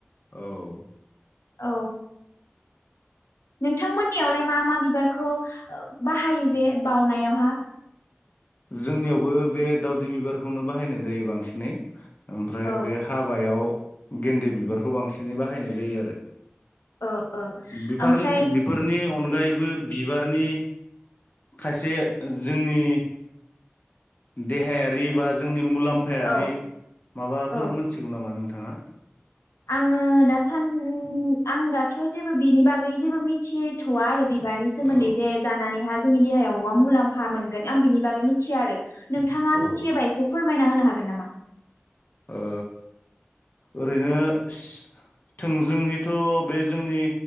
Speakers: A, on the left (about 40°); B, on the left (about 85°).
A: औ
B: औ नोंथांमोननियावलाय मा मा बिबार खौ बाहायो जे बावनायावहा
A: जोंनियावबो बे दावदै बिबारखौनो बाहायनाय जायो बांसिनै ओमफ्राय
B: औ
A: बे हाबायाव गेन्दे बिबारखौ बांसिनै बाहायनाय जायो आरो
B: ओ ओ
A: बेफार
B: ओमफ्राय
A: बेफोरनि अन अनगायैबो बिबारनि खायसे जोंनि देहायारि बा जोंनि मुलाम्फायारि
B: औ
A: माबाफोर
B: औ
A: मोनथिगौ नामा नोंथां थाङा
B: आङो दासान आं दाथ जेबो बिनि बागै जेबो मिथियै थवा आरो बिबारनि
A: औ
B: सोमोन्दै जे जानानै हा जोंनि देहायाव माबा मुलाम्फा मोनगोन आं बिनि बागै मिथिया आरो नोंथाङा
A: औ ओ
B: मिथियोबा एसे फोर मायना होनो हागोन नामा
A: ओ ओरैनो सि थोंजोहैथ बे जोंनि